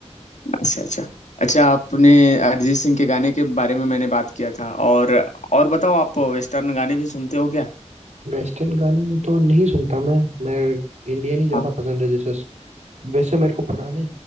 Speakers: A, on the left (about 80°); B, on the right (about 75°).
A: अच्छा अच्छा अच्छा आपने अरिजीत सिंह के गाने के बारे में मैंने बात किया था और और बताओ आप वेस्टर्न गाने भी सुनते हो क्या
B: वेस्टर्न गाने तो नहीं सुनता मैं मैं इंडियन ही ज्यादा
A: हाँ
B: पसंद है जैसे वैसे मेरे को पुराने